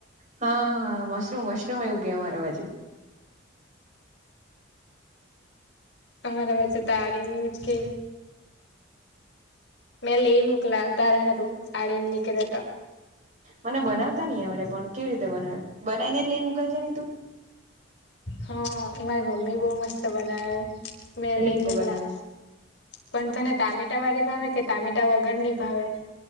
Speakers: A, on the right (about 35°); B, on the left (about 60°).
A: હા હા મશરૂમ મશરૂમ એવું કે અમારે બાજુ
B: અમારા બાજુ ત આરીમ એવું જ કેય મે લે મુકલા તારા હારું આડીમ નીલડે ત
A: મને બનાવતા નહી આવડે પણ કેવી રીતે બનાવે બનાવીને જ લઈ મોકલ જેની તું
B: હા મારી મમ્મી બો મસ્ત બનાવે મે
A: કેવી
B: લેય
A: રીતે
B: મુકલા
A: બનાવે
B: પણ તને ટામેટા વાળી ભાવે કે ટામેટા વગર ની ભાવે?